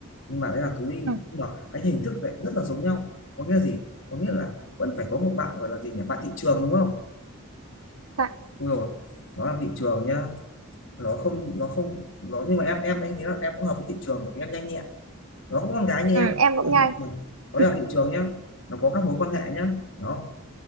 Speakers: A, on the left; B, on the right.
A: nhưng mà đấy là thú y
B: ừ.
A: nhưng mà cái hình thức lại rất là giống nhau có nghĩa gì có nghĩa là vẫn phải có một bạn gọi là gì nhỉ bạn thị trường đúng không
B: dạ
A: Ui rồi nó làm thị trường nhá nó không nó không nó nhưng mà em em anh thấy là em cũng hợp với thị trường bởi vì em nhanh nhẹn nó có con gái như
B: ừ,
A: em
B: em cũng
A: Vâng,
B: nhai
A: vâng. nó
B: <laughs>
A: là thị trường nhá nó có các mối quan hệ nhá đó